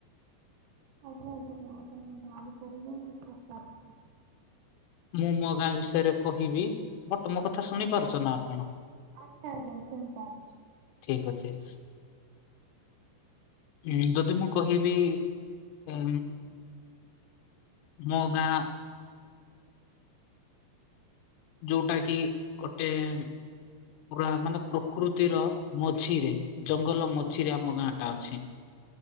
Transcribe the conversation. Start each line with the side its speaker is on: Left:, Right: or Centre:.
Right: ଆଜ୍ଞା ଆଜ୍ଞା ମୁଁ ଆପଣଙ୍କ ଗାଁ ବିଷୟ ରେ ବି ପଚାରୁଛି।
Left: ମୁଁ ମୋ ଗାଁ ବିଷୟରେ କହିବି ବଟ୍ ମୋ କଥା ଶୁଣି ପାରୁଛ ନା ଆପଣ।
Right: ଆଜ୍ଞା ଆଜ୍ଞାୁ ଶୁଣି ପାରୁଛି।
Left: ଠିକ୍ ଅଛି। ଉଁ ଯଦି ମୁଁ କହିବି ଉଁ ମୋ ଗାଁ ଯୋଉଟା କି ଗୋଟେ ପୁରା ମାନେ ପ୍ରକୃତିର ମଝିରେ। ଜଙ୍ଗଲ ମଝିରେ ଆମ ଗାଁ ଟା ଅଛି।